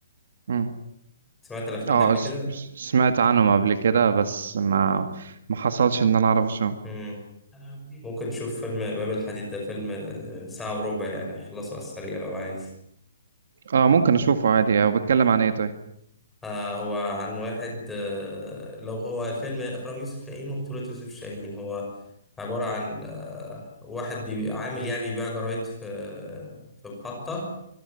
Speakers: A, on the right (about 55°); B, in the centre.
A: مم.
B: سمعت الأفلام
A: اه
B: دي قبل
A: س-
B: كده؟
A: سمعت عنهم قبل كده بس ما ما حصلش ان انا اعرف اشوفه
B: أمم. ممكن تشوف فيلم باب الحديد ده فيلم آه، ساعة وربع يعني هتخلصه على السريع لو عايز
A: اه ممكن اشوفه عادي هو بيتكلم عن ايه طيب
B: آه هو عن واحد آه لو هو الفيلم إخراج يوسف شاهين وبطولة يوسف شاهين هو عبارة عن آه واحد بيبي- عامل يعني بيبيع جرايد في آه، في محطة